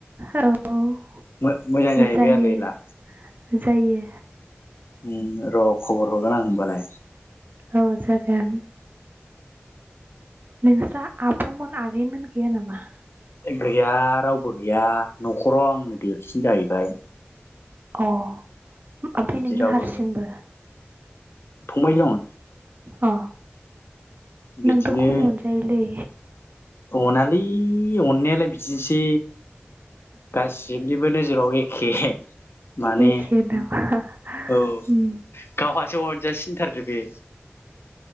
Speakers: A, on the right; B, on the left.
A: औ
B: मो-मोजां जाहैबाय
A: जायो
B: आरो एला
A: जायो।
B: उम र खबर हरगोन आं होमबालाय
A: औ जागोन नोंस्रा आबमोन आगैमोन गैया नामा?
B: गैया रावबो गैया नखराव आंनो देरसिन जाहैबाय
A: अ ओमफ्राय
B: बिदि
A: नोंनो
B: रावबो
A: हारसिंबो
B: गैया फंबाय दं
A: अ नोंथ
B: बिदिनो
A: खम मोनजायोलै
B: अनालै अननायालाय बिदिसै गासिबनिबो नोजोराव एखे माने
A: एखे नामा
B: औ
A: उम
B: गावहासो अनजासिनथारदो बे